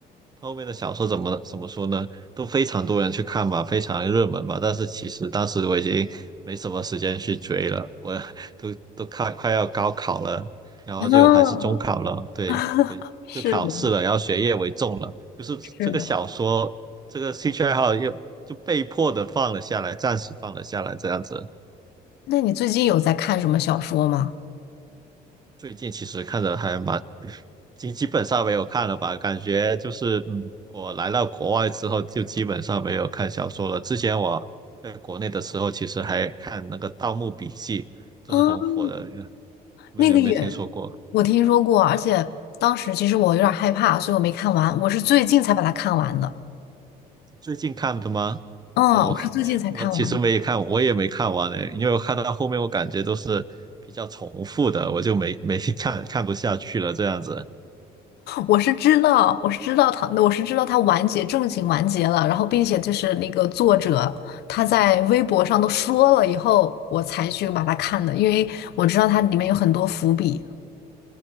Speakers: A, on the right (about 25°); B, on the left (about 75°).
A: 他后面的小说怎么怎么说呢？都非常多人去看吧，非常热门吧。但是其实当时我已经没什么时间去追了，我 <laughs> 都都快快要高考了，然后就还是中考了，
B: 嗯，
A: 对，
B: <laughs>
A: 为就考试了，
B: 是的，
A: 然后学业为重了，就是这个小说这个兴趣爱好又就被迫的放了下来，
B: 是的。
A: 暂时放了下来，这样子。
B: 那你最近有在看什么小说吗？
A: 最近其实看着还蛮基基本上没有看了吧？感觉就是，嗯，我来到国外之后就基本上没有看小说了。之前我在国内的时候，其实还看那个《盗墓笔记》，就是很火的，
B: 嗯，
A: 不知你有没有听说过？
B: 那个也我听说过，而且当时其实我有点害怕，所以我没看完，我是最近才把它看完的。
A: 最近看的吗？
B: 嗯，
A: 呃我
B: 我是最近才看完的。
A: 我其实没看，我也没看完嘞，因为我看到后面我感觉都是比较重复的，我就没没 <laughs> 看看不下去了这样子。
B: 我是知道，我是知道他，我是知道他完结，正经完结了，然后并且就是那个作者他在微博上都说了以后，我才去把它看的，因为我知道它里面有很多伏笔。